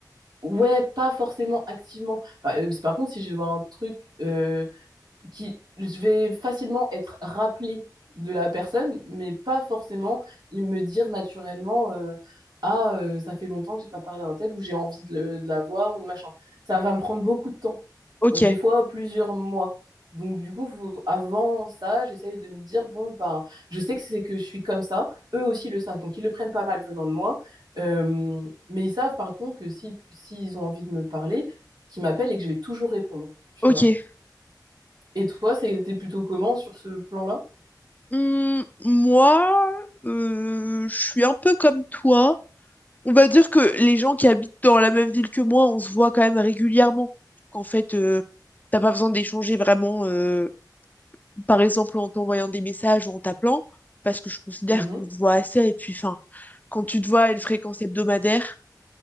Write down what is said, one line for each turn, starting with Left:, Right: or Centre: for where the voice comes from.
Right: ouais, pas forcément activement. Par, euh, par contre, si je veux voir un truc euh, qui, je vais facilement être rappelée de la personne, mais pas forcément il me dire naturellement euh, Ah, euh, ça fait longtemps que j'ai pas parlé d'un tel, ou j'ai envie de, le- de la voir, ou de machin. Ça va me prendre beaucoup de temps,
Left: Ok.
Right: des fois plusieurs mois. Donc, du coup, faut- avant ça, j'essaye de me dire, bon, bah je sais que c'est que je suis comme ça, eux aussi le savent, donc ils le prennent pas mal venant de moi, Euh, mais ils savent par contre que si, s'ils ont envie de me parler, qu'ils m'appellent et que je vais toujours répondre, tu
Left: Ok.
Right: vois. Et toi, c'était plutôt comment sur ce plan-là?
Left: Hmm, moi, euh, je suis un peu comme toi. On va dire que les gens qui habitent dans la même ville que moi, on se voit quand même régulièrement. Qu'en fait, euh, t'as pas besoin d'échanger vraiment, euh, par exemple, en t'envoyant des messages ou en t'appelant, parce que je considère
Right: Mhm.
Left: qu'on se voit assez. Et puis, enfin, quand tu te vois à une fréquence hebdomadaire,